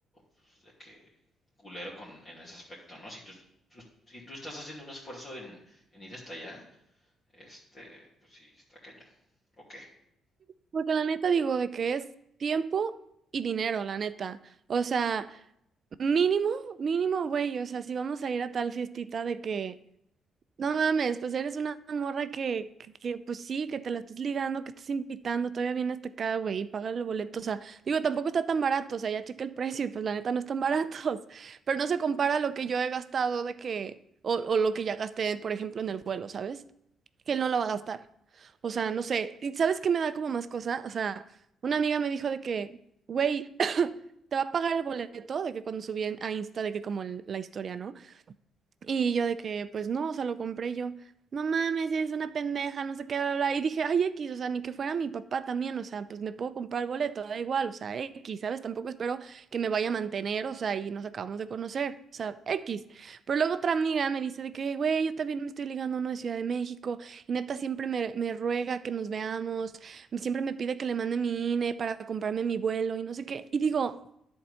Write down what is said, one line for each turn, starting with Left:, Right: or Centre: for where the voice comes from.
Left: pues, de que culero con, en ese aspecto, ¿no? Si tú, tú- si tú estás haciendo un esfuerzo en, en ir hasta allá, este, pues sí, está cañón. Ok.
Right: porque la neta digo de que es tiempo y dinero, la neta. O sea, mínimo, mínimo, güey. O sea, si vamos a ir a tal fiestita de que No mames, pues eres una morra que, que, que, pues sí, que te la estás ligando, que estás invitando, todavía vienes hasta acá, güey, y pagas el boleto. O sea, digo, tampoco está tan barato, o sea, ya chequé el precio y pues la neta no están baratos. <laughs> Pero no se compara a lo que yo he gastado de que, o, o lo que ya gasté, por ejemplo, en el vuelo, ¿sabes? Que él no lo va a gastar. O sea, no sé. ¿Y sabes qué me da como más cosa? O sea, una amiga me dijo de que, güey, <clears throat> te va a pagar el boleto, de que cuando subí en- a Insta, de que como el- la historia, ¿no? Y yo de que, pues no, o sea, lo compré yo. No mames, eres una pendeja, no sé qué, bla, bla. Y dije, ay, X, o sea, ni que fuera mi papá también, o sea, pues me puedo comprar el boleto, da igual, o sea, X, ¿sabes? Tampoco espero que me vaya a mantener, o sea, y nos acabamos de conocer, o sea, X. Pero luego otra amiga me dice de que, güey, yo también me estoy ligando a uno de Ciudad de México, y neta siempre me, me ruega que nos veamos, siempre me pide que le mande mi INE para comprarme mi vuelo y no sé qué. Y digo,